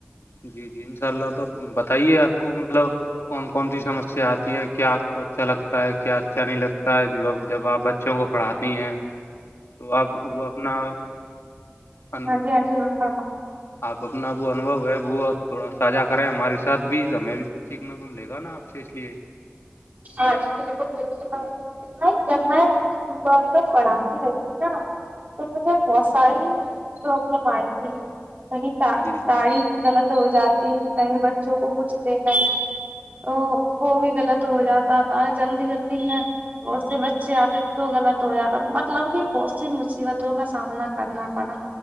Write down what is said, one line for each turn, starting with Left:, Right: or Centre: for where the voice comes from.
Left: جی جی ان شاء اللہ تو بتائیے آپ کو مطلب کون کون سی سمسیا آتی ہیں کیا آپ کو اچھا لگتا ہے کیا اچھا نہیں لگتا ہے ج جب آپ بچوں کو پڑھاتی ہیں تو اب وہ اپنا ان
Right: ج جی ہا
Left: آپ اپنا وہ انھو ہے ب تھوڑا ساھا کریں ہمارے ساتھ بھی تو ہمیں بھی کھ سیکھنا توم لے گا نا آپ سے اس لیے
Right: ہاں م <unintelligible> نہیں جب میںعات میں پڑھانے رہی تھی نا تو مجھے بہت پرابلم آئی تھی کہیں
Left: جی
Right: تڑی
Left: جی
Right: غلط ہو جاتی کہیں بچوں کو کچھ دینا ہی تو وہ بھی غلط تو ہو جاتاتا ہے جلدی جلدی میں بہت سے بچے آتے تو غلط ہو جاتا مطلب کہ بہت سی مصیبتوں کا سامنا کرنا پڑا